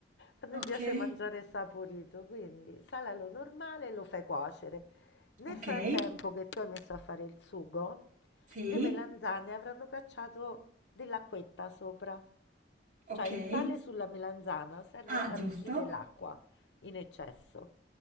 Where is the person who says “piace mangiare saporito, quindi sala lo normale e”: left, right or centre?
Left